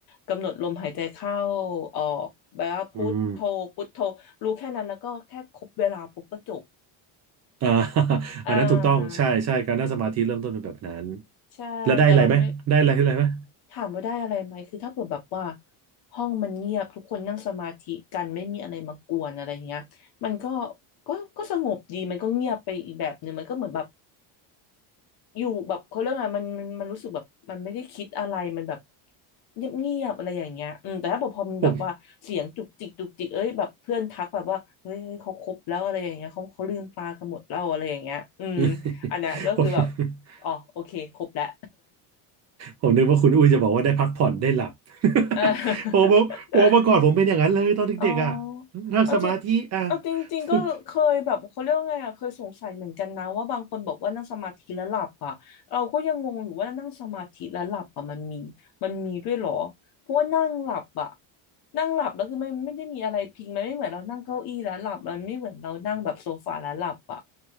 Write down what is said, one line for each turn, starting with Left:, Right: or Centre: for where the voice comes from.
Left: กำหนดลมหายใจเข้าออกแบบว่าพุทโธพุทโธรู้แค่นั้นแล้วก็แค่ครบเวลาปุ๊บก็จบ
Right: อืมอ่า <laughs>
Left: อ่า
Right: อันนั้นถูกต้องใช่ใช่การนั่งสมาธิเริ่มต้นเป็นแบบนั้น
Left: ใช่แต่เราไม่
Right: แล้วได้อะไรไหมได้อะไรอะไรไหม
Left: ถามว่าได้อะไรไหมคือถ้าเกิดแบบว่าห้องมันเงียบทุกคนนั่งสมาธิกันไม่มีอะไรมากวนอะไรอย่างเงี้ยมันก็ก็ก็สงบดีมันก็เงียบไปอีกแบบหนึ่งมันก็เหมือนแบบ อยู่แบบเขาเรื่องอะไรมันมันมันรู้สึกแบบมันไม่ได้คิดอะไรมันแบบเงียบเงียบอะไรอย่างเงี้ยอืมแต่ถ้าพอพอมันแบบว่าเสียงจุกจิกจุกจิกเอ้ยแบบเพื่อนทักแบบว่าเฮ้ยเฮ้ยเขาคบแล้วอะไรอย่างเงี้ยเขาเขาลืมตากันหมดแล้วอะไรอย่างเงี้ยอืม
Right: ผม <laughs>
Left: อันเนี้ยก็คือแบบ
Right: ผม
Left: อ๋อโอเคครบแล้ว
Right: ผมนึกว่าคุณอุ้ยจะบอกว่าได้พักผ่อนได้หลับ
Left: <laughs>
Right: <laughs> ผมบอกผมเมื่อก่อนผมเป็นอย่างนั้นเลยตอนเด็กๆอ่ะ
Left: เออ อ๋อ
Right: นั่งสมาธิอ่ะ
Left: เอาจริงเอาจริงๆก็เคยแบบเขาเรียกว่าไงอ่ะเคยสงสัยเหมือนกันนะว่าบางคนบอกว่านั่งสมาธิแล้วหลับอ่ะเราก็ยังงงอยู่ว่านั่งสมาธิแล้วหลับอ่ะมันมีมันมีด้วยเหรอเพราะว่านั่งหลับอ่ะ
Right: ฝึก
Left: นั่งหลับแล้วคือไม่ไม่ได้มีอะไรพิงมันไม่เหมือนเรานั่งเก้าอี้แล้วหลับมันไม่เหมือนเรานั่งแบบโซฟาแล้วหลับอ่ะ